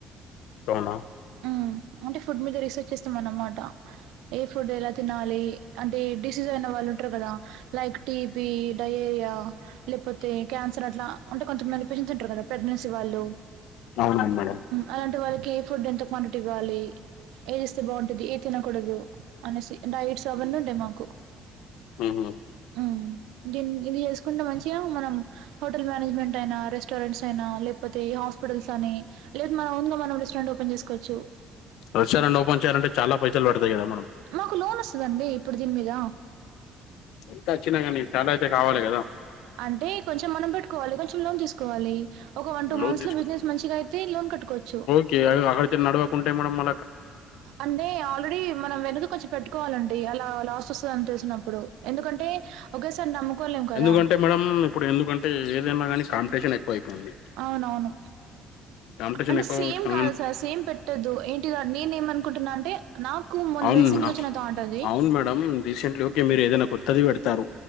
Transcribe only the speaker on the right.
ఉం అంటే ఫుడ్ మీద రీసెర్చ్ చేస్తామన మాట ఏ ఫుడ్ ఎలా తినాలి అంటే డిసీజ్ అయిన వాళ్ళు ఉంటారు కదా లైక్ టీబి డయేరియా లేకపోతే క్యాన్సర్ అట్లా అంటే కొంతమంది పేషెంట్స్ ఉంటారు కదా ప్రెగనెన్సీ వాళ్ళు
అలాంటి వాళ్ళకి ఫుడ్ ఎంత క్వాంటిటీ ఇవ్వాలి ఏది ఇస్తే బాగుంటది ఏ తినకూడదు అనేసి డైట్స్ అవన్నీ ఉంటాయి మాకు
ఉం గిన్ని గిన్ని చేసుకుంటే మంచిగా మనం హోటల్ మేనేజ్మెంట్ అయినా రెస్టారెంట్స్ అయినా లేకపోతే హాస్పిటల్స్ అని లేదు మనం ఓన్ గా మనం రెస్టారెంట్ ఓపెన్ చేసుకోచ్చు
మాకు లోన్ వస్తుందండి ఇప్పుడు దీని మీద
అంటే కొంచెం మనం పెట్టుకోవాలి కొంచెం లోన్ తీసుకోవాలి ఒక వన్ టూ
మంత్స్ లో బిజినెస్ మంచిగా అయితే లోన్ కట్టుకోవచ్చు
అంటే ఆల్రెడీ మనం వెనక కొంచెం పెట్టుకోవాలండి అలా లాస్ వస్తుందని తెలిసినప్పుడు ఎందుకంటే ఒకేసారి నమ్ముకోలేము కదా
అవునవును
అంటే
సేమ్ కాదు సార్ సేమ్ పెట్ ట్టదు ఏంటి నేను ఏమనుకుంటున్నా అంటే నాకు మొన్న
రీసెంట్ గా వచ్చిన తాట్ అది